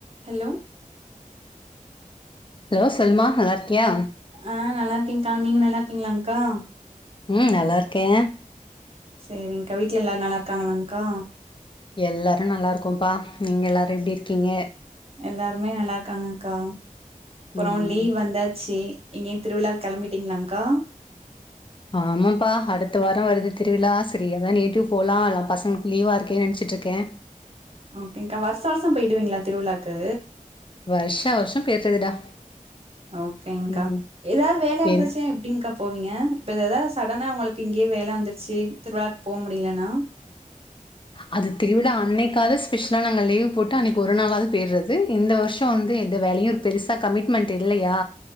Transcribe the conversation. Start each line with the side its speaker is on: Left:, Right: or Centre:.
Right: Hello
Left: hello Salma நல்லாருக்கியா
Right: ஆஹ் நல்லாருக்கேங்கா நீங்க நல்லாருக்கீங்ளாங்க்கா
Left: உம் நல்லாருக்கே
Right: சேரிங்க்கா வீட்ல எல்லாரு நல்லாருக்காங்களாங்க்கா
Left: எல்லாரும் நல்லாருக்கோம்ப்பா நீங்க எல்லாரு எப்டி இருக்கீங்க
Right: எல்லாருமே நல்லாருக்காங்கங்க்கா ப்புறோ
Left: ம்
Right: லீவ் வந்தாச்சி எங்கியு திருவிழாக் கெளம்பிட்டீங்ளாங்க்கா
Left: ஆமாம்ப்பா அடுத்த வாரோ வருது திருவிழா செரி எதா நேட்டிவ் போலா ல்லா பசங்க் லீவா இருக்கே நெனைச்சிட்ருக்கே
Right: ஓக்கேங்க்கா வர்ஷா வர்ஷம் போயிடுவீங்ளா திருவிழாக்கு
Left: வருஷா வருஷோ போயிறதுடா
Right: ஓகேங்க்கா
Left: ம்
Right: எதாவது வேல இருந்துச்சு
Left: என்
Right: எப்டிங்க்கா போவீங்க இப்ப ஏததா சடனா உங்களுக் இங்கியே வேல வந்துருச்சி திருவிழாக் போ முடிலனா
Left: அது திருவிழா அன்னைக்காது ஸ்பெஷலா நாங்க லீவ் போட்டு அன்னைக்கு ஒரு நாளாவது போய்டுறது இந்த வருஷ வந்து எந்த வேலையு பெருசா கமிட்மென்ட் இல்லையா